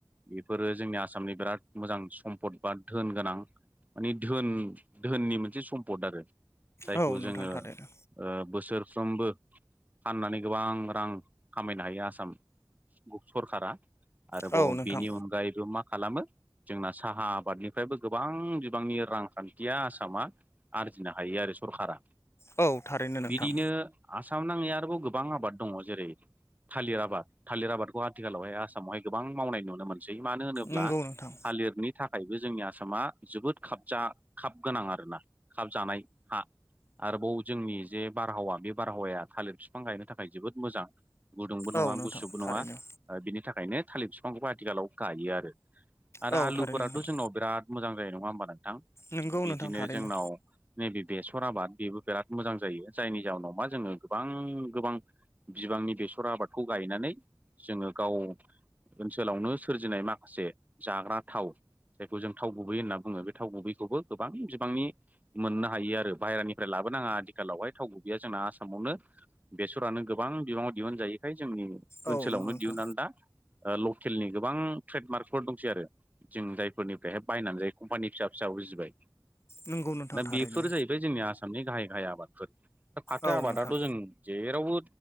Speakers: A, on the right; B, on the left.
A: बेफोरो जोंनि आसामनि बिराद मोजां सम्पद बा धोन गोनां। माने धोन धोननि मोनसे सम्पद आरो। जायखौ
B: औ
A: जोङो
B: नोंथां थारैनो
A: ओ बोसोरफ्रोमबो। फाननानै गोबां रां खामायनो हायो आसाम सरकारा‌। आरोबाव
B: औ नोंथां
A: बिनि अनगायैबो मा खालामो जोंना साहा आबादनिफ्रायबो गोबां बिबांनि रांखान्थिया आसामा आरजिनो हायो आरो सरकारा।
B: औ थारैनो नोंथां
A: बिदिनो आसाम नाङै आरो बाव गोबां आबाद दङ जेरै थालिर आबाद, थालिर आबादखौ आथिखालावहाय आसामावहाय गोबां मावनाय नुनो मोनो। सै मानो होनोब्ला
B: नंगौ नोंथां
A: थालिरनि थाख थाखायबो जोंनि आसामा जोबोद खाबजा खाब गोनां आरोना खाब जानाय हा। आरोबाव जोंनि जे बारहावा बे बारहावाया थालिर बिफां गायनो थाखाय जोबोद मोजां। गुदुंबो नङा
B: औ नोंथां
A: गुसुबो
B: थारैनो
A: नङा ओ बिनि थाखायनो थालिर बिफांखौ आथिखालाव गायो आरो। आरो
B: औ
A: आलुफोराथ'
B: थारैनो नोंथां
A: जोंनाव बिराद मोजां जायो नङा होमबा नोंथां
B: नंगौ
A: बिदिनो
B: नोंथां थारैनो
A: जोंनाव नैबे बेसर आबाद बेबो बिराद मोजां जायो जायनि जाहोनाव मा जोङो गोबां गोबां बिबांनि बेसर आबादखौ गायनानै जोङो गाव ओनसोलावनो सोरजिनाय माखासे जाग्रा थाव जायखौ जों थाव गुबै होनना बुङो बे थाव गुबैखौबो गोबां बि बिबांनि मोननो हायो आरो बाहेरानिफ्राय लाबोनाङा आथिखालावहाय थाव गुबैया जोंना आसामावनो बेसरानो गोबां बिबाङाव दिहुनजायैखाय जोंनि ओनसोलावनो
B: औ नंगौ नोंथां
A: दिहुननानै दा ओ लकेलनि गोबां ट्रेडमार्कफोर दंसै आरो जों जायफोरनिफ्रायहाय बायनानै जायो कम्पानि फिसा फिसा उजिबाय।
B: नंगौ नोंथां
A: दा
B: थारैनो
A: बेफोर जाहैबाय जोंनि आसामनि गाहाय गाहाय आबादफोर। फाथो
B: औ
A: आबादाबो
B: नोंथां
A: जों जेरावबो